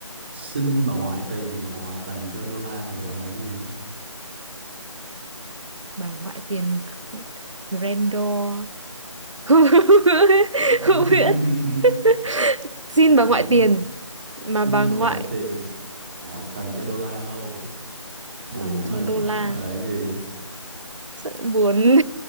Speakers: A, on the right (about 20°); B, on the right (about 70°).
A: xin bà ngoại tiền mà bà ngoại toàn cho đô la thì gọi là cái gì
B: bà ngoại tiền grandor <laughs>
A: <laughs>
B: không biết <laughs> xin
A: suy
B: bà
A: nghĩ
B: ngoại tiền mà
A: xin
B: bà ngoại
A: bà ngoại tiền bà ngoại toàn cho đô la thôi buồn
B: toàn cho
A: quá
B: đô la
A: gọi gọi là cái gì
B: sợ buồn